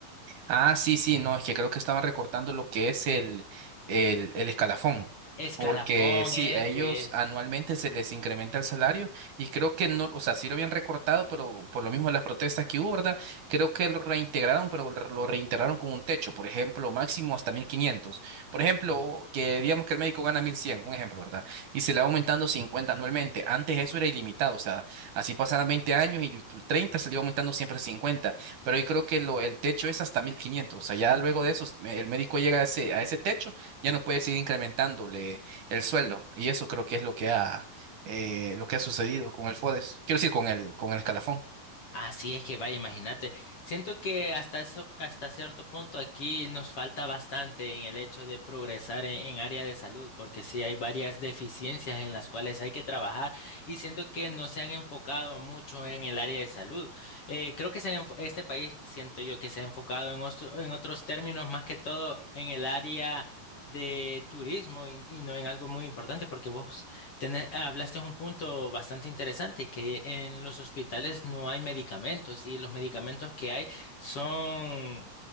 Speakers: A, on the right (about 65°); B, on the left (about 45°).
A: Ah, sí, sí, no, es que creo que estaban recortando lo que es el, el, el escalafón,
B: Escalafón,
A: porque sí,
B: ese
A: a ellos
B: es.
A: anualmente se les incrementa el salario y creo que no, o sea, sí lo habían recortado, pero por lo mismo de las protestas que hubo, ¿verdad? Creo que lo reintegraron, pero lo lo reintegraron con un techo, por ejemplo, máximo hasta 1500. Por ejemplo, que digamos que el médico gana 1100, un ejemplo, ¿verdad? Y se le va aumentando 50 anualmente. Antes eso era ilimitado, o sea, así pasaran 20 años y 30 se le iba aumentando siempre cincuenta pero yo creo que lo, el techo es hasta 1500, o sea, ya luego de eso, me- el médico llega a ese, a ese techo, ya no puedes ir incrementándole el sueldo, y eso creo que es lo que ha, eh, lo que ha sucedido con el FODES, quiero decir, con el, con el escalafón.
B: Así es que vaya, imagínate. Siento que hasta eso- hasta cierto punto aquí nos falta bastante en el hecho de progresar en, en área de salud, porque sí hay varias deficiencias en las cuales hay que trabajar y siento que no se han enfocado mucho en el área de salud. Eh, creo que se han enfo- este país siento yo que se ha enfocado en, ostro- en otros términos, más que todo en el área de turismo y, y no en algo muy importante, porque vos Tene- hablaste de un punto bastante interesante, que en los hospitales no hay medicamentos y los medicamentos que hay son